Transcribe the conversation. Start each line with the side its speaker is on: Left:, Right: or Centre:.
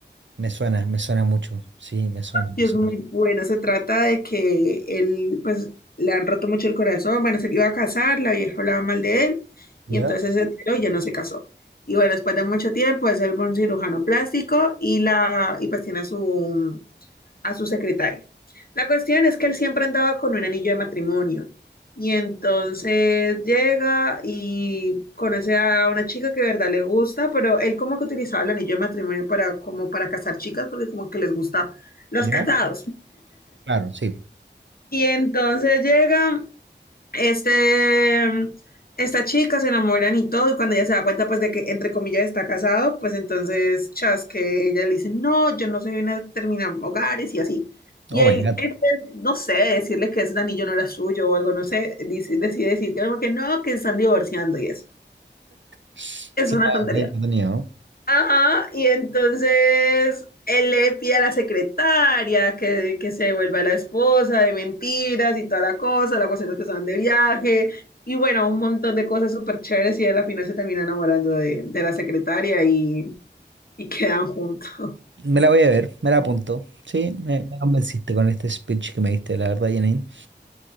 Right: Me suena, me suena mucho. Sí, me suena,
Left: Y
Right: me
Left: es
Right: suena.
Left: muy bueno, se trata de que él, pues, le han roto mucho el corazón, bueno, se iba a casar, la vieja hablaba mal de él,
Right: ¿Ya?
Left: y entonces se enteró y ya no se casó. Y bueno, después de mucho tiempo, es él fue un cirujano plástico y la, y pues tiene su, a su secretaria. La cuestión es que él siempre andaba con un anillo de matrimonio. Y entonces llega y conoce a una chica que de verdad le gusta, pero él como que utilizaba el anillo de matrimonio para como para casar chicas, porque como que les gusta los
Right: ¿Ya?
Left: casados.
Right: Claro, sí.
Left: Y entonces llega este, em, esta chica se enamoran y todo, y cuando ella se da cuenta, pues, de que, entre comillas, está casado, pues, entonces, chas, que ella le dice, no, yo no soy una terminar hogares y así. Y
Right: Oh
Left: él,
Right: my God.
Left: en vez, no sé, de decirle que ese anillo no era suyo o algo, no sé, dice, decide decir que no, que no, que se están divorciando y eso.
Right: Suena
Left: Es una tontería.
Right: muy entretenido.
Left: Ajá, y entonces él le pide a la secretaria que, que se vuelva la esposa de mentiras y toda la cosa, la cuestión es que se van de viaje, y bueno, un montón de cosas súper chéveres y él al final se termina enamorando de, de la secretaria y, y quedan juntos.
Right: Me la voy a ver, me la apunto. Sí, me, me convenciste con este speech que me diste, la verdad, Janine.